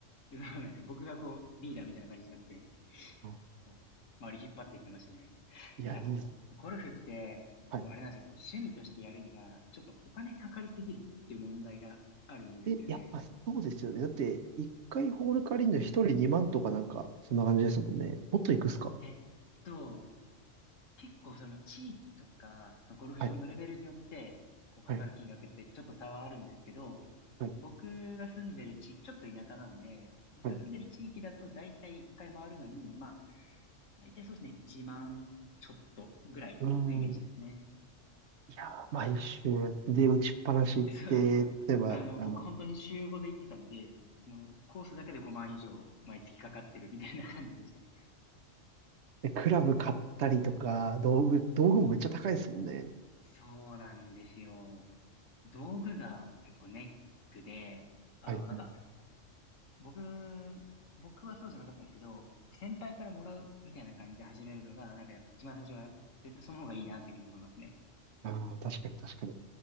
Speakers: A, on the left (about 75°); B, on the right (about 65°).
A: そうなんですよ。僕がこう、リーダーみたいな感じになって、
B: は
A: こう、周り引っ張っていってましたね。
B: いいや、
A: ただこう、
B: いいっす。
A: ゴルフって、こう、
B: はい
A: あれなんですよ、こう、趣味としてやるには、ちょっとお金かかりすぎるっていう問題があるんですよね。
B: え、やっぱそうですよね。だって、一回ホール借りるの一人2万とかなんか、そんな感じですもんね。もっといくっすか
A: えっと、結構その地域とか、そのゴルフ場のレベルによって、
B: はい、
A: こう、かかる金額ってちょっと差はあるんですけど、
B: はい、はい、
A: 僕が住んでる地域、ちょっと田舎なんで、僕が住んでる地域だと、
B: はい。
A: だいたい1回回るのに、まあ、だいたいそうですね、1万ちょっとぐらいのイメージですね。
B: うーん。いやー、毎週やって、で、打ちっぱなし行って、
A: そうなんですよ。
B: 例えば、
A: あの、
B: あの、
A: 僕本当に週5で行ってたんで、その、コースだけで5万以上毎月かかってるみたいな感じでした。
B: で、クラブ買ったりとか、道具、道具もめっちゃ高いですもんね。
A: そうなんですよ。道具が結構ネックで、あの、
B: はい、
A: なんか、
B: はい。
A: 僕、僕はそうじゃなかったんですけど、先輩からもらうみたいな感じで始めるのが、なんかやっぱ一番最初は絶対その方がいいなっていうふうに思いますね。
B: ああ、確かに確かに。